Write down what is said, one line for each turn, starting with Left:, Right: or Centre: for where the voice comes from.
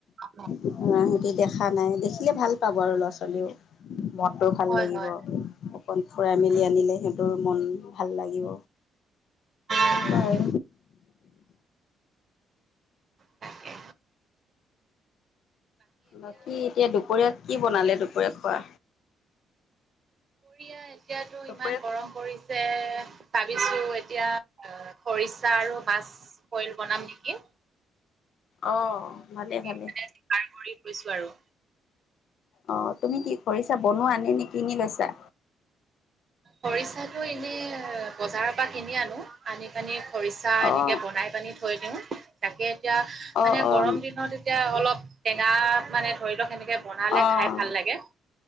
Right: হয়
Left: অহ সিহতি দেখা নাই দেখিলে ভাল পাব আৰু ল'ৰা ছোৱালীও মনটো ভাল
Right: হয়
Left: লাগিব
Right: হয়
Left: অকণ ফুৰাই
Right: উম
Left: মেলি আনিলে সিহঁতৰ মন ভাল লাগিব
Right: উম উম
Left: বাৰু
Right: তাকে
Left: বাকী এতিয়া দুপৰীয়াত কি বনালে দুপৰীয়া খোৱা
Right: দুপৰীয়া এতিয়াতো
Left: দুপৰীয়া
Right: ইমান গৰম পৰিছে ভাবিছোঁ এতিয়া আ খৰিচা আৰু মাছ বইল বনাম নেকি
Left: অ
Right: ত'
Left: ভালেই ভালেই
Right: মানে যোগাৰ কৰি থৈছো আৰু
Left: অ তুমি কি খৰিছা বনোৱা নে নে কিনি লৈছা
Right: খৰিচাটো এনেই বজাৰৰ পৰা কিনি আনো আনি পেনি খৰিচা এনেকে
Left: অঁ
Right: বনাই পেনি থৈ দিওঁ তাকে এতিয়া মানে
Left: অঁ অঁ
Right: গৰম দিনত এতিয়া অলপ টেঙা মানে ধৰি লওক সেনেকে বনালে
Left: অঁ
Right: খাই ভাল লাগে